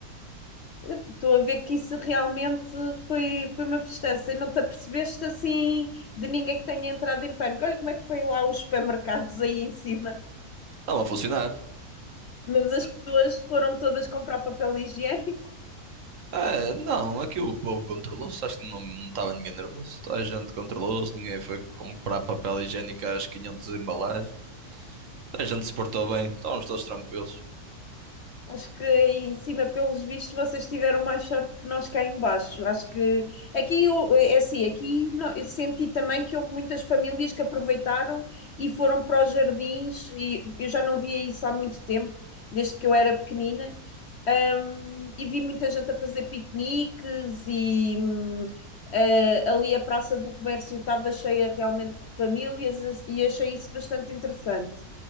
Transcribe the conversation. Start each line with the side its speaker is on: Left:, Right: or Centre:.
Left: Estou a ver que isso realmente foi, foi uma festança e não te apercebeste assim de ninguém que tenha entrado em pânico. Olha como é que foi lá os supermercados aí em cima.
Right: Estava a funcionar.
Left: Mas as pessoas foram todas comprar papel higiênico.
Right: Ah, é, não, aqui o povo controlou-se, acho que não não estava ninguém nervoso. Toda a gente controlou-se, ninguém foi comprar papel higiênico às 500 embalagens. Toda a gente se portou bem, estávamos todos tranquilos.
Left: Acho que aí em cima, pelos vistos, vocês tiveram mais sorte que nós cá em baixo. Acho que aqui eu- é assim, aqui no- eu senti também que houve muitas famílias que aproveitaram e foram para os jardins e eu já não via isso há muito tempo desde que eu era pequenina, Um, e vi muita gente a fazer piqueniques e hum, eh, ali a Praça do Comércio estava cheia realmente de famílias e achei isso bastante interessante.